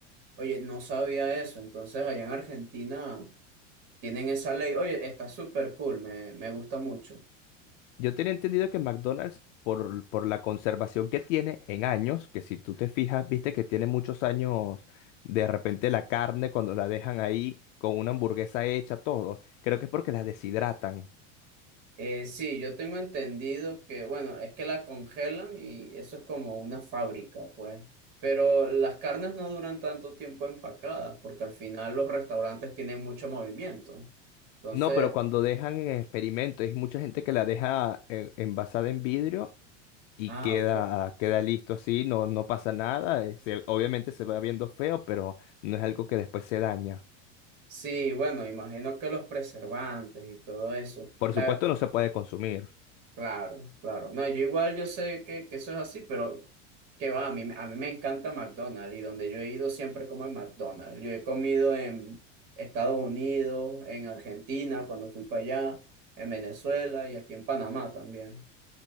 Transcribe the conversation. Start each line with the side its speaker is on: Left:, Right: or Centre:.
Right: Oye, no sabía eso, entonces allá en Argentina tienen esa ley. Oye, está súper cool, me, me gusta mucho.
Left: Yo tenía entendido que McDonald's, por, por la conservación que tiene en años, que si tú te fijas, viste que tiene muchos años, de repente la carne cuando la dejan ahí con una hamburguesa hecha, todo, creo que es porque la deshidratan.
Right: Eh, sí, yo tengo entendido que, bueno, es que la congelan y eso es como una fábrica, pues. Pero las carnes no duran tanto tiempo empacadas porque al final los restaurantes tienen mucho movimiento. Entonces,
Left: No, pero cuando dejan en experimento, hay mucha gente que la deja en- envasada en vidrio y
Right: ah,
Left: queda,
Right: ok.
Left: queda listo así, no, no pasa nada. eh, se- obviamente se va viendo feo, pero no es algo que después se daña.
Right: Sí, bueno, imagino que los preservantes y todo eso.
Left: Por
Right: La-
Left: supuesto, no se puede consumir. A
Right: Claro, claro. No, yo igual yo sé que, que eso es así, pero que va, a mí, a mí me encanta McDonald's y donde yo he ido siempre como en McDonald's. Yo he comido en Estados Unidos, en Argentina cuando fui para allá, en Venezuela y aquí en Panamá también.